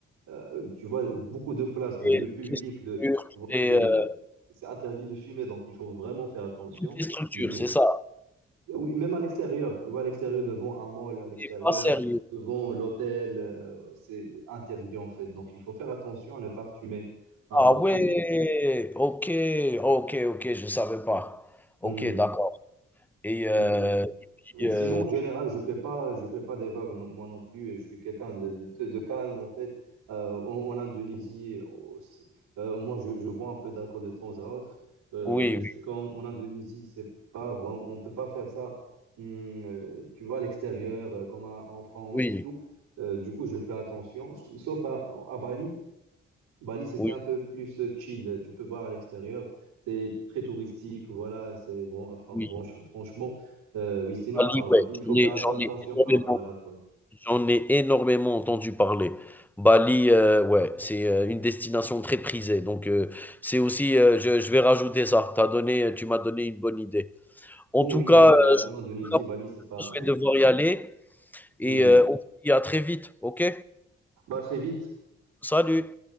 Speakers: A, on the right (about 85°); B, in the centre.
A: euh, tu vois, beaucoup de places,
B: toutes
A: de
B: les
A: lieux
B: toutes
A: publics,
B: les structures,
A: de,
B: toutes
A: voilà,
B: les,
A: de,
B: heu,
A: de- c'est interdit de fumer, donc il faut vraiment faire attention.
B: toutes les structures,
A: De,
B: c'est ça.
A: oui, même à l'extérieur, tu vois, à l'extérieur, devant un mall, à l'extérieur,
B: t'es pas sérieux.
A: devant l'hôtel, euh, c'est interdit en fait. Donc, il faut faire attention à ne pas fumer n'importe
B: Ah ouais!
A: où.
B: OK, OK, OK, je savais pas.
A: Hmm.
B: OK, d'accord et heu
A: Oui, euh,
B: et
A: oui.
B: puis, heu,
A: Sinon, en général, je fais pas, je fais pas des vagues, non- moi non plus. et Je suis quelqu'un de, de- de- de calme, en fait. Euh, en, en Indonésie, au- c'est- euh, moi, je, je bois un peu d'alcool de temps à autre. Euh,
B: oui,
A: je sais
B: oui,
A: qu'en en Indonésie, c'est pas vraiment, on peut pas faire ça, hum, euh, tu vois, à l'extérieur, euh, comme à- en France
B: oui,
A: et tout.
B: oui,
A: Euh, du coup, je fais attention, s- sauf à, à Bali. Bali, c'était
B: oui,
A: un peu plus euh, chill. Tu peux voir à l'extérieur. C'est très touristique. Voilà, c'est bon. fran-
B: oui,
A: franch- franchement, euh, oui, sinon,
B: Bali,
A: à part
B: ouais,
A: Bali, il faut
B: j'en
A: faire
B: ai
A: un peu
B: j'en
A: attention
B: ai énormément
A: par rapport à l'alcool.
B: J'en ai énormément entendu parler. Bali, euh, ouais, c'est euh, une destination très prisée. Donc, euh, c'est aussi, euh, je, je vais rajouter ça. T'as donné, tu m'as donné une bonne idée. En
A: Non,
B: tout
A: oui,
B: cas,
A: mais
B: euh,
A: euh, en Indonésie,
B: je
A: Bali, c'est pas.
B: je
A: Oui.
B: vais devoir y aller et
A: Oui.
B: euh, on se dit à très vite. OK?
A: Bah, très vite.
B: Salut.